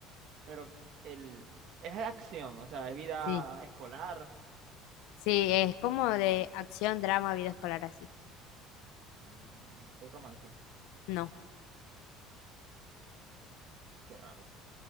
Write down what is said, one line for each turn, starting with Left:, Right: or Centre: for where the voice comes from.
Right: Pero el... Es acción, o sea, es vida
Left: Sí.
Right: escolar.
Left: Sí, es como de acción, drama, vida escolar así.
Right: Mm, hay romance.
Left: No.
Right: Qué raro.